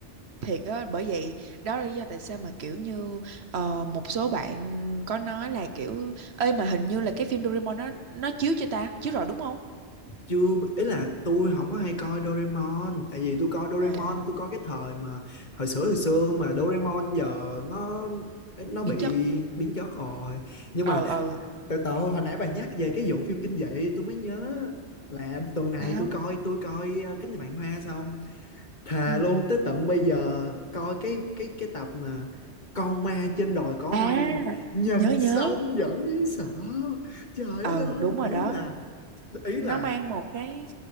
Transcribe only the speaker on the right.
thiệt á, bởi vậy đó là lý do tại sao mà kiểu như ờ, một số bạn có nói là kiểu ơi mà hình như là cái phim Doraemon nó nó chiếu chưa ta, chiếu rồi đúng không?
À,
biến
chất,
ờ,
ờ,
sao?
Ừ,
à,
nhớ nhớ,
ờ,
đúng
rồi đó.
nó
mang một cái